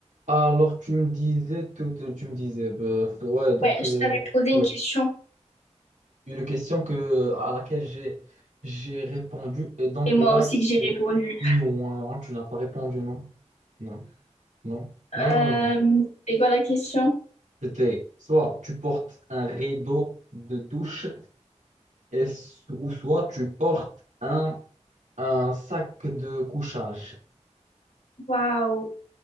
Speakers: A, on the right (about 85°); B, on the left (about 75°).
A: Alors, tu me disais, tout, tu me disais, bah, ouais, donc,
B: Ouais, je
A: euh,
B: t'avais posé une
A: ouais,
B: question
A: une question que, à laquelle j'ai, j'ai répondu, et donc
B: et moi
A: là,
B: aussi
A: c'est
B: que j'ai répondu.
A: non, hein, tu n'as pas répondu, non, non, non, non,
B: Euh,
A: non, non, non.
B: c'est quoi la question?
A: C'était soit tu portes un rideau de douche, et, so- ou soit tu portes un, un sac de couchage.
B: Waouh.